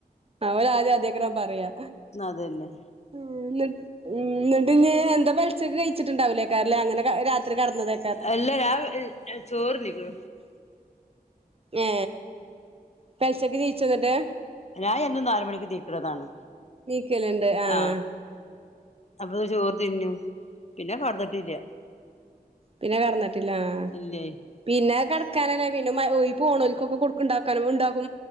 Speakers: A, on the right; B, on the left.
A: ഓല് ആദ്യം അതെക്കാരം പറയാ
B: അതന്നെ
A: ഉം ന്ന ന്നട്ട് ഇഞ് എന്താ പെൽച്ചക്ക് കഴിച്ച്ട്ട്ണ്ടാവൂലേകാര ലെ അങ്ങനെ ക രാത്രി കട്ന്നതെ
B: അല്ല ഞാം ചോറ്ന്ന്ക്ക്ണു
A: ഏ പെൽച്ചക്ക് നീച്ചോ ന്നട്ട്
B: ഞാൻ എന്നും നാല് മണിക്ക് നീക്ക്ണതാണ്
A: നീക്കലുണ്ട് ആഹ്
B: ആ അപ്പ ചോറ് തിന്നും പിന്നെ കട്ന്ന്ട്ടില്ല
A: പിന്ന കട്ന്നിട്ടില്ല ആ
B: ഇല്ലേ
A: പിന്നെ കട്ക്കാനല്ല പിന്നെ മ ഈ പോണോൽക്കൊക്ക കൊട്ക്ക് ഇണ്ടാക്കാനും ഇണ്ടാ